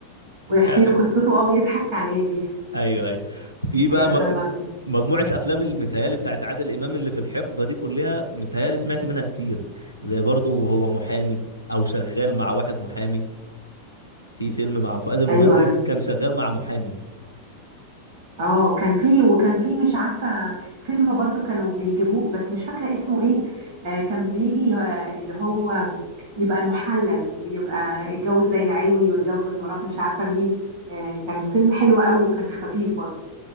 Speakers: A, on the right (about 45°); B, on the left (about 80°).
A: ويحكي
B: يعني
A: له قصته او يضحك عليه بيها
B: ايوه ايوه في بقى
A: ايوه كان
B: م-
A: لطيف
B: مجموعة أفلام المتهيالي بتاعت عادل إمام اللي في الحقبة دي كلها متهيالي سمعت منها كتير زي برضو وهو محامي أو شغال مع واحد محامي في فيلم مع فؤاد المهندس
A: ايوه
B: كان شغال مع محامي
A: اه كان في وكان في مش عارفة فيلم برضو كانوا بيجيبوه بس مش فاكرة اسمه ايه آه كان بيجي آه اللي هو يبقى المحلل بيبقى اتجوز ليلى علوي واتجوز مرات مش عارفة مين آه كان فيلم حلو قوي وكان خفيف برضو